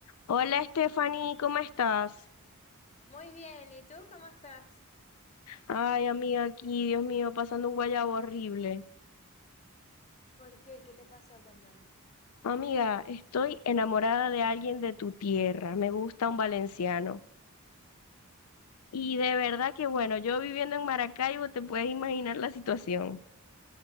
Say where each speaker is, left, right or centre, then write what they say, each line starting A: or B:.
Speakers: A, on the left (about 85°); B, on the left (about 30°).
A: Hola Stephanie, ¿cómo estás?
B: Muy bien, ¿y tú cómo estás?
A: Ay, amiga, aquí, Dios mío, pasando un guayabo horrible.
B: ¿Por qué? ¿Qué te pasó? Cuéntame.
A: Amiga, estoy enamorada de alguien de tu tierra, me gusta un valenciano. Y de verdad que bueno, yo viviendo en Maracaibo, te puedes imaginar la situación.